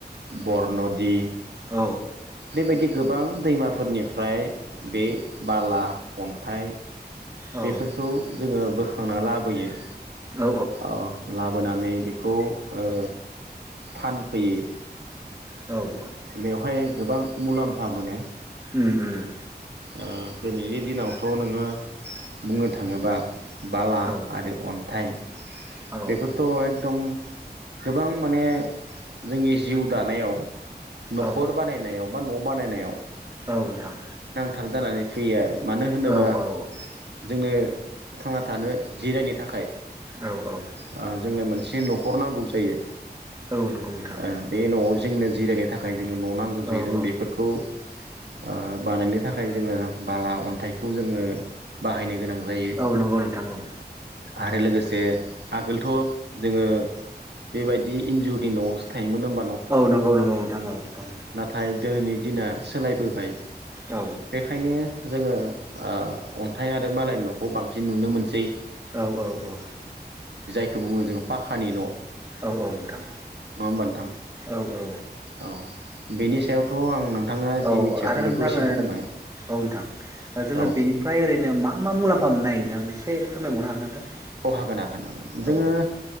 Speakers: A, on the right; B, on the right.
A: बरन'दि
B: औ
A: बेबायदि गोबां दैमाफोरनिफ्राय बे बाला अन्थाइ
B: औ
A: बेफोरखौ जोङो बो खांना लाबोयो।
B: औ
A: औ लाबोनानै बेखौ ओ फानफैयो,
B: औ।
A: बेवहाय गोबां मुलाम्फा मोनो।
B: उम उम।
A: ओ दिनैनि दिनावथ' नोङो बुंनो थाङोबा बाला
B: औ
A: आरो अन्थाइ
B: औ
A: बेफोरथ' एकदम गोबां माने जोंनि जिउ दानायाव नखर
B: औ
A: बानायनायाव बा न' बानायनायाव
B: औ नोंथां।
A: थार जानानै फैयो आरो। मानो होनोबा
B: औ औ
A: जोंनो थांना थानो जिरायनो थाखाय
B: औ औ
A: ओ जोंनो मोन से नखर नांगौ जायो।
B: औ नंगौ नोंथां।
A: ओ बे न'आव जोंनो जिरायनो थाखाय जोंनो न' नांगौ जायो।
B: औ
A: जों
B: औ
A: बेफोरखौ आ बानायनो थाखाय जोङो बाला अन्थाइखौ जोङो बाहायनो गोनां जायो
B: औ नंगौ नोंथां औ।
A: आरो लोगोसे आगोलथ जोङो बेबायदि इनजुरनि नआवसो थायोमोन ओम
B: औ नंगौ नंगौ नोंथां औ औ।
A: नाथाय दिनैनि दिना सोलायबोबाय।
B: औ
A: बेखायनो जोङो आ अन्थाइ आरो बालायनि नखौ बांसिन नुनो मोनसै।
B: औ औ औ।
A: खौ बुङो जों पाखानि न नङा
B: औ औ नोंथां
A: होमबा नोंथां?
B: औ औ
A: औ। बेनि सायावथ आं नोंथाङा जि
B: औ
A: मिथियाखैमोन
B: आरो
A: बेखौ
B: नोंथां
A: एसे बुंबाय
B: औ नोंथां। जोङो
A: औ
B: बेनिफ्राय ओरैनो मा मा मुलाम्फा मोननो हो नोंथां? एसे फोरमाय बावनो हागोन ना नोंथां?
A: अ हागोन हागोन <unintelligible> जोङो
B: औ